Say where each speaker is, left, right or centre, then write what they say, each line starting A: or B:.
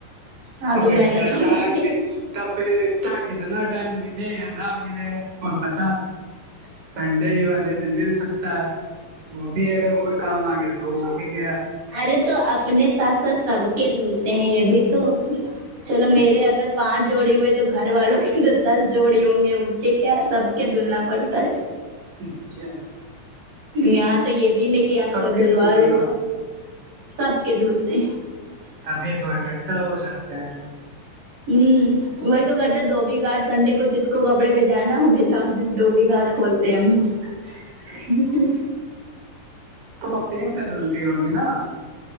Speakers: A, on the right (about 65°); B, on the right (about 40°).
A: ہاں
B: آ
A: تو محنت
B: پتا
A: تو
B: ٹائم
A: کرتے
B: میں
A: ہی
B: تب پھر ا اتنا ٹائم ملے یا نہ ملے کو پتا سنڈے ہی والے دن بھی ہے وہ بھی اگر کوئی کام آ گیا تو وہ بھی گیا
A: ارے تو اپنے ساتھ ساتھ سب کے دھلتے ہیں یہ بھی تو چلو
B: اچھا
A: میرے اگر پانچ جوڑی ہوئے تو گھر والوں کے تو دس جوڑی ہوں گے ان کے کیا سب کے دھلنا پڑتا ہے
B: اچھا
A: یہاں تو یہ بھی ن کہ یہاں
B: سب
A: کو
B: کے
A: دلوال
B: دھلتی
A: ہے
B: ہو
A: سب کے دھولتے
B: تبھی تو اکٹھا ہو جاتے ہیں
A: ہوں وہی تو کہتے دبی گارڈ سنڈے کو جس کو کپڑے بھیجانا وہ بجا ڈوبی گھاٹ کھولتے ہیں ہم
B: تو مشین سے دھلتی ہوگی نا